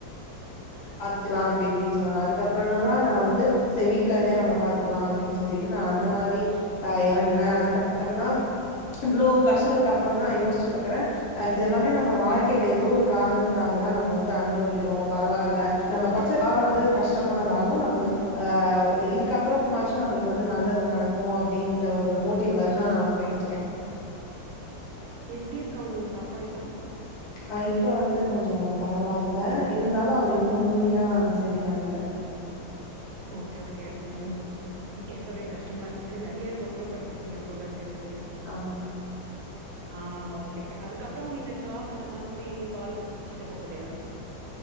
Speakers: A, on the left; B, on the right.
A: பாத்துக்கலா அப்டி இப்டின்னு சொன்னாங்க அதுக்கப்பறோ என்ன தா நா வந்து செரி வீட்லருந்தே நம்ம பாத்துக்லா அப்டினு சொல்லிட்டு நா அந்த மாரி ஆ எறங்கு நா அதுக்கப்றொ தா இவ்ளோ கஷ்டங்களுக்கு அப்றொந்தா யோசிச்சு பாக்றே இது எல்லாமே நம்ம வாழ்க்கையில ஏதோ ஒரு காரணத்துக்காக தா நம்ம வந்து அனுபவிக்கிறோ பரவால்ல நம்ம பட்ச காலொ வந்து கஷ்டமார்ந்தாலு நம்ம ஆ இதுக்கப்றொமாச்சு நம்ள வந்து நல்லது நடக்கு அப்டின்ற ஒரு மோட்டிவ்லதா நா போய்ட்ருக்கே
B: எப்டிருக்காங்க உங்கப்பா இப்போ
A: ஆ இப்ப வந்து கொஞ்ச பரவால்ல இருந்தாலு அவர் இன்னு முழுமையா சரியாகல
B: ஓகே ஓகே ம் கேட்கவே கஷ்டமா இருக்கு நெறைய கோத் ரூவ் பண்ணிருக்கீங்க போல இருக்கு நீங்க
A: ஆமா
B: ஆ ஓகே அதுக்கப்பறோ நீங்க ஜாப் அந்த மாதிரி நீங்க காலேஜ் முடிச்சுட்டு போகலையா